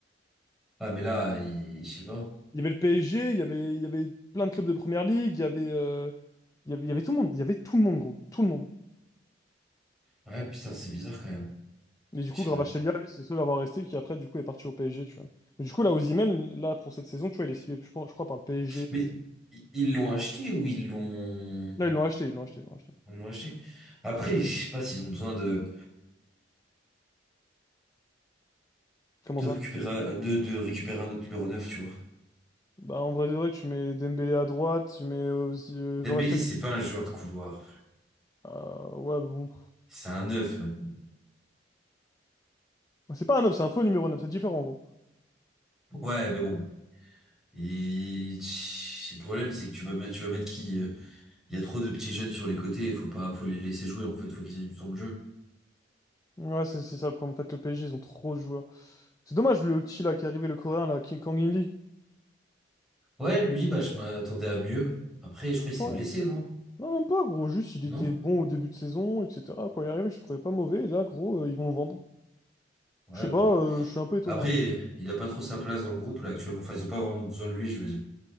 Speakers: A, in the centre; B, on the left.
A: Ah, mais là, il... je sais pas.
B: Il y avait le PSG, il y avait, il y avait plein de clubs de première ligue, il y avait, euh, il y avait, il y avait tout le monde, il y avait tout le monde, gros, tout le monde.
A: Ouais, putain, c'est bizarre quand même.
B: Et du
A: Je
B: coup,
A: sais
B: Gravatachelia,
A: pas.
B: lui, c'est le seul à avoir resté qui après, du coup, est parti au PSG, tu vois. Mais du coup, là, Osimhen, là, pour cette saison, tu vois, il est ciblé, je pense- je crois, par le PSG et tout,
A: Mais
B: tu
A: i- ils l'ont acheté ou ils l'ont...
B: vois. Là, ils l'ont acheté, ils l'ont acheté, ils l'ont acheté.
A: Ils l'ont acheté. Après, je sais pas s'ils ont besoin de,
B: Comment
A: de
B: ça?
A: récupérer, un- de, de récupérer un autre numéro 9, tu vois.
B: Bah, en vrai de vrai, tu mets Dembélé à droite, tu mets euh, aussi, euh,
A: Dembélé,
B: Gravatachelia.
A: c'est pas un joueur de couloir.
B: Euh, ouais, mais bon.
A: C'est un 9 maintenant.
B: Bah, C'est pas un 9, c'est un faux numéro 9. c'est différent en gros.
A: Ouais, mais bon. Et tch, le problème, c'est que tu vas mettre, tu vas mettre qui? euh, Il y a trop de petits jeunes sur les côtés, il faut pas, faut les laisser jouer en fait, faut qu'ils aient du temps de jeu.
B: Ouais, c'est c'est ça le problème. En fait, le PSG, ils ont trop de joueurs. C'est dommage le petit là qui est arrivé, le coréen là, qui est Kang In-lee.
A: Ouais, lui, bah, je m'attendais à mieux. Après, je crois qu'il
B: Franchement,
A: s'est blessé,
B: euh,
A: non?
B: non, même pas gros. Juste, il était
A: Non?
B: bon au début de saison, etc. Quand il est arrivé, je le trouvais pas mauvais. Et là, gros, euh, ils vont le vendre.
A: Ouais,
B: Je sais
A: bah.
B: pas, euh, je suis un peu étonné.
A: Après,
B: en vrai.
A: il a pas trop sa place dans le groupe là actuellement. Enfin, ils ont pas vraiment besoin de lui, je veux dire.